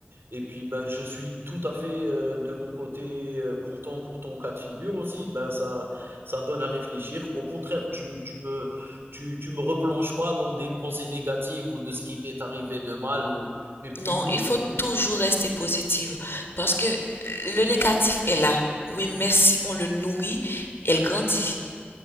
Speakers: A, on the right; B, on the left.
A: et puis, ben, je suis tout à fait, heu, de mon côté, heu, content pour ton cas de figure aussi. Ben, ça ça donne à réfléchir. Au contraire, tu tu me tu tu me replonges pas dans des pensées négatives ou de ce qui m'est arrivé de mal ou mais plutôt
B: Non, il
A: de
B: faut
A: bon.
B: toujours rester positive parce que euh, le négatif est là. Oui, mais si on le nourrit, elle grandit.